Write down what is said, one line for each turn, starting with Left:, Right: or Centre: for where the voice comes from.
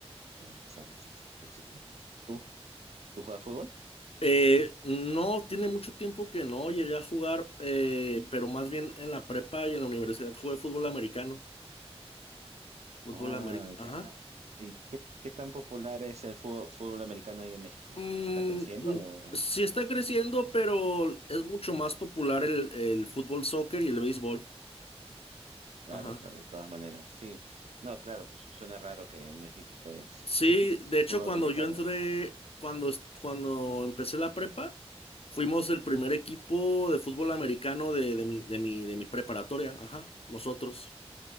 Right: sí, eso- eso es principalmente. ¿Tú, tú juegas fútbol?
Left: Eh, no, tiene mucho tiempo que no llegué a jugar, eh, pero más bien en la prepa y en la universidad jugué fútbol americano. Fútbol
Right: Ah,
Left: americano. Ajá.
Right: ya. ¿Y qué, qué tan popular es el fútbol, fútbol americano ahí en México?
Left: Mm,
Right: ¿Está creciendo?
Left: mm,
Right: o-
Left: sí está creciendo, pero es mucho más popular el, el fútbol soccer y el béisbol.
Right: Claro,
Left: Ajá.
Right: claro, de todas maneras, sí. No, claro, pues suena raro que en México juegues
Left: Sí, de hecho,
Right: fútbol
Left: cuando
Right: americano.
Left: yo entré, cuando, es- cuando empecé la prepa, fuimos el primer equipo de fútbol americano de, de mi, de mi, de mi preparatoria. Ajá. Nosotros.